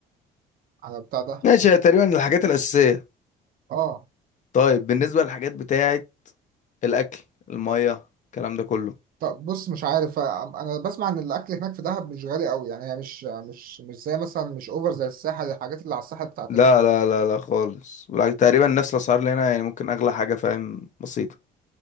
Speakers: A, on the right (about 60°); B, on the left (about 45°).
A: على بتاع ده
B: ماشي هي تقريبا الحاجات الأساسية
A: اه
B: طيب بالنسبة للحاجات بتاعة الأكل المية الكلام ده كله
A: طب بص مش عارف آه، انا بسمع ان الاكل هناك في دهب مش غالي قوي يعني هي مش مش مش زي مثلا مش اوفر زي الساحل الحاجات اللي على الساحل بتاعت
B: لا
A: البحر
B: لا لا لا خالص ولا تقريبا نفس الأسعار اللي هنا يعني ممكن أغلى حاجة فاهم بسيطة